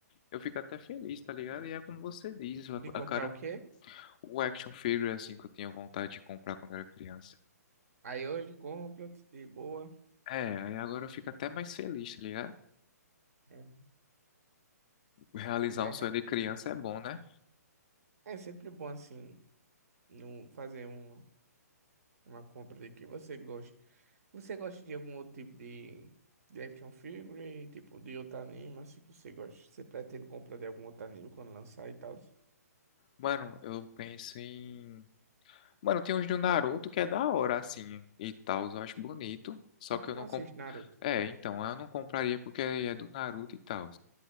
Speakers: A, on the left (about 25°); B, on the right (about 60°).
A: eu fico até feliz, tá ligado? E é como você diz, a,
B: De comprar
A: a cara,
B: o quê?
A: o action figure, assim, que eu tinha vontade de comprar quando eu era criança.
B: Aí hoje compra, de boa.
A: É, aí agora eu fico até mais feliz, tá ligado?
B: É,
A: Realizar
B: Que legal.
A: um sonho de criança é bom, né?
B: É sempre bom assim, não fazer um, uma compra de que você gosta. Você gosta de algum outro tipo de, de action figure, tipo de outro anime, assim que você gosta? Você pretende comprar de algum outro anime quando lançar e tal?
A: Mano, eu penso em Mano, tem uns do Naruto que é da hora, assim, e tal, eu acho bonito. Só
B: Mas
A: que
B: tu
A: eu
B: não
A: não
B: assiste
A: comp...
B: Naruto.
A: É, então, eu não compraria porque é do Naruto e tal.